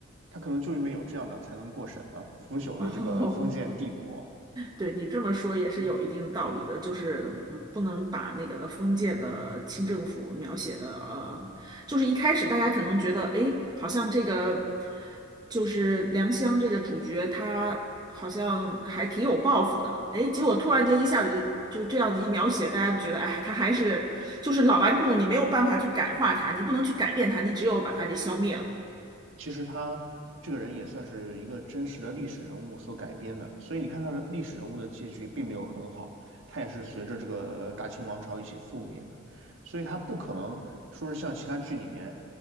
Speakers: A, on the right; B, on the right.
A: 他可能就因为有这样的才能过审啊，腐朽的这个封建帝国。
B: <laughs> 哦，对你这么说也是有一定道理的，
A: 嗯。
B: 就是嗯，不能把那个封建的清政府描写的呃，就是一开始大家可能觉得，哎，好像这个就是良乡这个主角他好像还挺有抱负的，哎，结果突然间一下子就这样子一描写，大家觉得，哎，他还是就是老顽固，你没有办法去改化他，你不能去改变他，你只有把他给消灭了。
A: 其实他这个人也算是一个真实的历史人物所改编的，所以你看他的历史人物的结局并没有很好，他也是随着这个大清王朝一起覆灭的，所以他不可能说是像其他剧里面